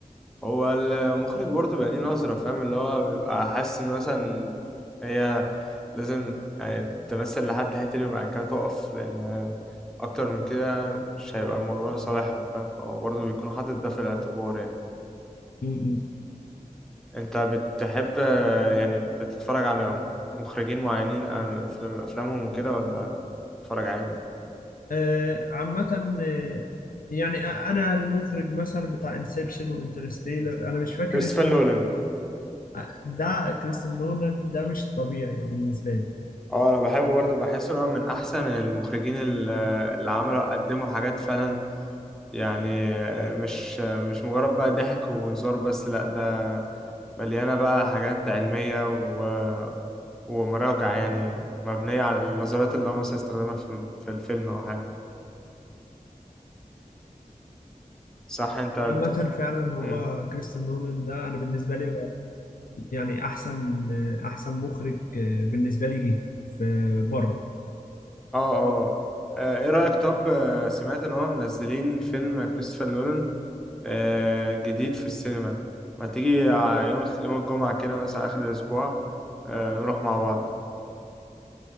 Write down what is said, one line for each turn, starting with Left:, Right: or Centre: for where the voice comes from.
Centre: هو المخرج برضه بقى ليه نظرة فاهم اللي هو بيبقى حاسس إن مثلا هي لازم يعني تمثل لحد هيتري وبعد كده تقف لأن أكتر من كده مش هيبقى الموضوع لصالحهم فاهم فهو برضه بيكون حاطط ده في الاعتبار يعني
Left: م-م.
Centre: أنت بتحب يعني بتتفرج على مخرجين معينين أم- أفلام أفلامهم وكده ولا بتتفرج عادي؟
Left: آه عامة آه، يعني آه، انا المخرج مثلا بتاع انسبشن وانترستيلر انا مش فاكر
Centre: كريستوفر
Left: اسمه
Centre: نولان
Left: آه، ده كريستن نولان ده مش طبيعي بالنسبة لي
Centre: اه انا بحبه برضه بحس ان هو من احسن المخرجين ال- اللي عملوا قدموا حاجات فعلا يعني مش مش مجرد بقى ضحك وهزار بس لأ ده مليانة بقى حاجات علمية و... ومراجع يعني مبنية على النظريات اللي هو مثلا استخدمها في في الفيلم أو حاجة صح أنت بت-
Left: عامة فعلا هو
Centre: مم.
Left: كريستن نولان ده أنا بالنسبة لي هو يعني أحسن آه، أحسن مخرج آه، بالنسبة لي جه في بره
Centre: اه اه آه، ايه رأيك طب آه، سمعت إن هما منزلين فيلم كريستوفر نولان آه، جديد في السينما ما تيجي ع- يوم الخ- يوم الجمعة كده مثلا آخر الأسبوع آه، نروح مع بعض